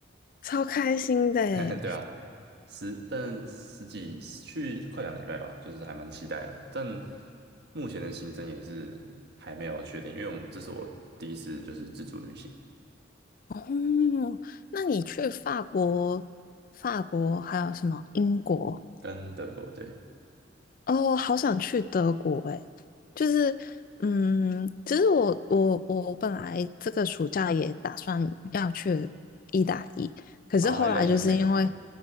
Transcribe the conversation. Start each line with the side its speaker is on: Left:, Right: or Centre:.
Left: 超开心的诶
Right: <laughs> 对啊，十但十几去快两个礼拜吧，就是还蛮期待的。但目前的行程也是还没有确定，因为我们这是我第一次就是自助旅行，
Left: 哦，那你去法国、法国还有什么英国
Right: 跟德国对
Left: 哦，好想去德国诶，就是，嗯，其实我我我本来这个暑假也打算要去意大利，可是后来就是因为，
Right: 啊，意大利很美，